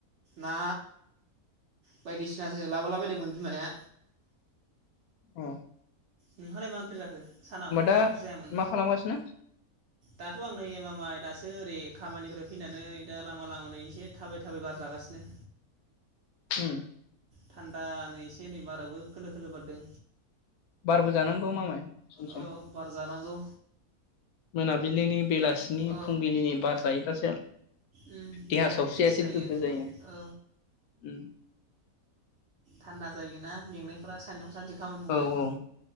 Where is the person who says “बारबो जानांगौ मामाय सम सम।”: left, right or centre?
Left